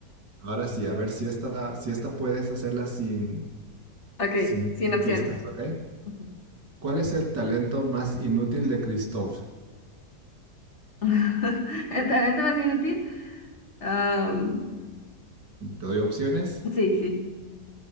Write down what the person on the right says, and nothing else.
Ahora sí, a ver si esta, si esta puedes hacerla sin,
sin
sin
pistas, ¿ok?
¿Cuál es el talento más inútil de Christoph?
Te doy opciones.